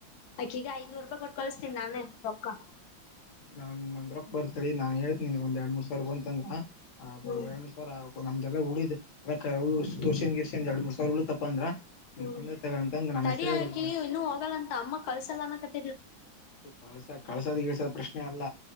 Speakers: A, on the left; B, on the left.
A: ಅಕೀಗ ಐದನೂರು ರೂಪಾಯಿ ಕೊಟ್ ಕಳಸ್ತೀನಿ ನಾನೆ ಪೊಕ್ಕ
B: ನಾನ್ ನಂದ್ರಪ್ಪ ಬರ್ತಳಿ ನಾನ್ ಹೇಳ್ತೀನಿ ಒಂದ್ ಎರಡ್ ಮೂರ್ ಸಾವಿ ಬಂತಂದ್ರ ಹ
A: ಹ್ಮ್
B: ವೇರ ನಮ್ದದೆಲ್ಲ ಉಳಿದ್ ಎಲ್ಲ ತೋರ್ಸನ್ ಗಿರ್ಸನ್ ಎರಡು ಮೂರ್ ಸಾವಿರ ಉಳು ತಪ್ಪ ಅಂದ್ರ ಇಲ್ಲಿ
A: ಹ್ಮ್
B: ಬಂದೈತಗ ಅಂತಂದ ನನ್ನ
A: ತಡಿ
B: ಹೆಸರು
A: ಹಾಕಿ
B: ಹೇಳ್ಬೇಡ
A: ಇನ್ನುೂ ಹೋಗಲ್ಲಂತ ಅಮ್ಮ ಕಳ್ಸಲ್ಲನ ಕಟ್ಟ
B: ಕಳ್ಸ ಕಳ್ಸದ ಗಳ್ಸದ ಪ್ರಶ್ನೆ ಅಲ್ಲ